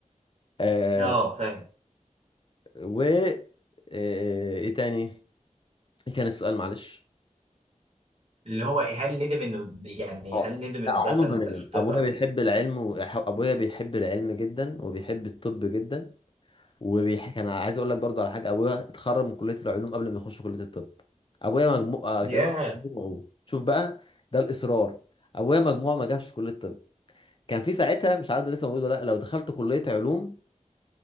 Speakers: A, on the left (about 40°); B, on the right (about 50°).
A: آه
B: اه فاهم
A: و آه ايه تاني ايه كان السؤال معلش
B: اللي هو هل ندم انه يعني
A: اه
B: هل ندم انه
A: لا
B: دخل
A: عمر ما ندم
B: طب
A: ابويا
B: او
A: بيحب
B: كده
A: العلم وابويا بيحب العلم جدا وبيحب الطب جدا وبيح... كان عايز اقول لك برضو على حاجه ابويا اتخرج من كليه العلوم قبل ما يخش كليه الطب ابويا مجموع آه
B: ياه
A: تمام مجموعه شوف بقى ده الاصرار ابويا مجموعه ما جابش كليه الطب كان في ساعتها مش عارف ده لسه موجود ولا لا لو دخلت كليه علوم